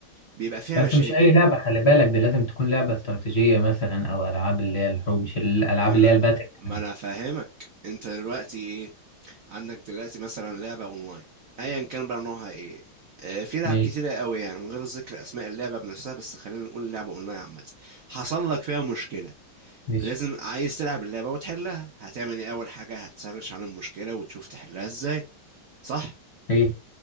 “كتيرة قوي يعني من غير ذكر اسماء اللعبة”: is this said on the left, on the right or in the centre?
Right